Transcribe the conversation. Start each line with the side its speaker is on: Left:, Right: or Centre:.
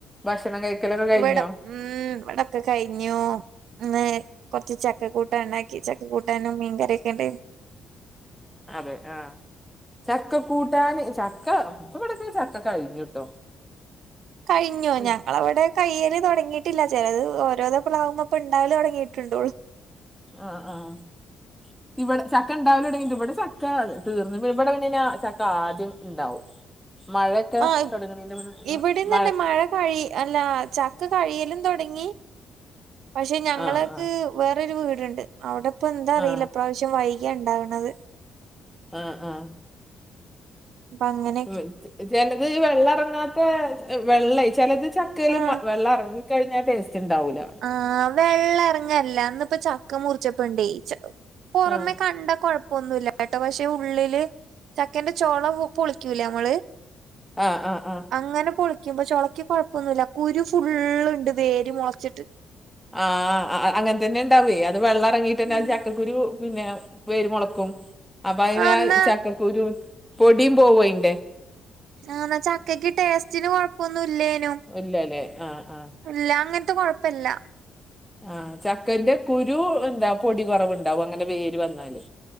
Centre: ഭക്ഷണം കഴിക്കലൊക്കെ കഴിഞ്ഞോ
Right: ഇവിടെ ഉം ഇവിടെ ഒക്കെ കഴിഞ്ഞു ഇന്ന് കൊറച്ച് ചക്ക കൂട്ട ഇണ്ടാക്കി ച ക്കകൂട്ടാനും മീൻകറി ഒക്കെ ഉണ്ടായ് ന്ന്.
Centre: അതെ ആഹ്. ചക്ക കൂട്ടാന്. ചക്ക ഇപ്പ ഇവിടെക്കെ ചക്ക കഴിഞ്ഞുട്ടോ.
Right: കഴിഞ്ഞോ
Centre: ഉം.
Right: ഞങ്ങളവിടെ കൈയ്യൽ തൊടങ്ങീട്ടില്ല ചെലത് ഓരോ പ്ലാളാവുമ്പപ്പ ഇണ്ടാവല് തൊടങ്ങിയിട്ടുണ്ടുള്ളൂ
Centre: ആഹ് ആഹ് ഇവിടെ ചക്ക ഇണ്ടാവല് തൊടങ്ങിട്ട് ഇവടെ ചക്ക തീർന്ന്. ഇവടെ പിന്നെ ഴ്ഞ്ഞാ ചക്ക ആദ്യം ഇണ്ടാവും. മഴയൊക്കെ
Right: ആഹ്
Centre: തൊട്ങ്ങ്ണേന്റ മു <unintelligible> മ്പേ
Right: ഇവിടെയും
Centre: മഴ
Right: തന്നെ കഴി അല്ല ചക്ക കഴിയെലും തൊടങ്ങി. പക്ഷെ ഞങ്ങളെക്ക്
Centre: ആ ആ
Right: വേറെ ഒരു വീട്. ഇണ്ട്. അവടെ ഇപ്പ എന്താ അറീല്ല
Centre: ആ
Right: ഇപ്രാവശ്യം വൈകിയാ ഇണ്ടാവ്ണത്.
Centre: ആഹ് ആഹ്
Right: പ്പങ്ങനെ-
Centre: ഉം. ചെലത് ഈ വെള്ള എറങ്ങാത്തെ വെള്ള ചെലത് ചക്കയില്
Right: ആഹ്
Centre: വെള്ളം എറങ്ങി കഴിഞ്ഞാ ടേ ഇണ്ടാവൂല്ല.
Right: ആഹ് വെള്ളം എറങ്ങല്ല ഇന്ന്പ്പം ചക്ക മുറിച്ചപ്പെണ്ടേ പൊറമെ
Centre: ആ
Right: കണ്ട കൊഴപ്പ ഒന്നു ഇല്ല കേട്ടോ പക്ഷെ ഉള്ളില് ചക്കന്റെ ചൊള പുളിക്കൂല നമ്മള്-
Centre: ആഹ്ആഹ് ആഹ്
Right: അങ്ങനെ പൊളിക്കുമ്പോ ചൊളയ്ക്ക് കൊഴപ്പൊന്നുമില്ല കുരു ഫുള്ള് ഉണ്ട് വേര് മുളച്ചിട്ട്
Centre: ആഹ് അങ്ങനെ തന്നെ ഇണ്ടാവേ അത് വെള്ളം ഇറങ്ങീട്ട് തന്നെ
Right: ഉം
Centre: ചക്കക്കുരു പിന്നെ വേരുമുളക്കും അപ്പൊ അതിനാ
Right: ആഹ് എന്നാ
Centre: ആ ചക്കക്കുരു പൊടിയും പോവും അതിന്റെ
Right: ആന്ന ചക്കക്ക് ടേസ്റ്റിന് കൊഴപ്പൊന്നും ഇല്ലേനും
Centre: ഇല്ല അല്ലേ ആഹ് ആഹ്
Right: ഇല്ല അങ്ങനത്തെ കൊഴപ്പ ഇല്ല.
Centre: ആഹ് ചക്കന്റെ കുരു എന്താ പൊടി കുറവ് ഉണ്ടാവും അങ്ങനെ വേര് വന്നാല്.